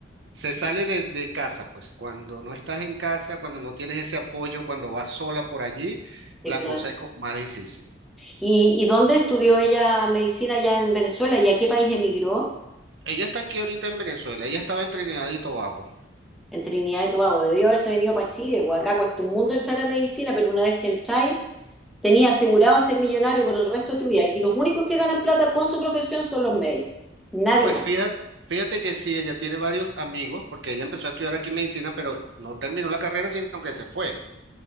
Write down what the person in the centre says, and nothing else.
Sí,
claro.
¿Y, y dónde estudió ella medicina allá en Venezuela y a qué país emigró?
en Trinidad y Tobago. Debió haberse venido para Chile, porque acá cuesta un mundo entrar a medicina, pero una vez que entráis, tenías asegurado ser millonario por el resto de tu vida. Aquí los únicos que ganan plata con su profesión son los médicos, nadie
más.